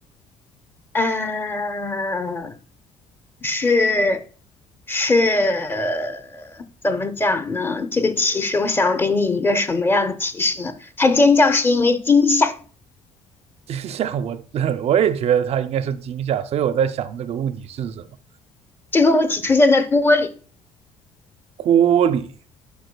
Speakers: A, on the left (about 15°); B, on the right (about 50°).
A: 嗯，是是，怎么讲呢？这个提示，我想要给你一个什么样的提示呢？他尖叫是因为惊吓，
B: <laughs> 惊吓我，<laughs> 我也觉得它应该是惊吓，所以我在想这个物体是什么？
A: 这个物体出现在玻璃。
B: 锅里，